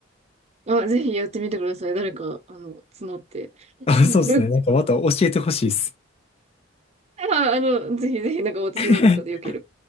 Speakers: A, on the right (about 35°); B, on the left (about 30°).
A: あ、ぜひやってみてください。誰か、あの、募って。<laughs>
B: あ、そうですね。なんかまた教えてほしいです。
A: あー、あの、ぜひぜひ、なんか私なんかでよければ。
B: <laughs>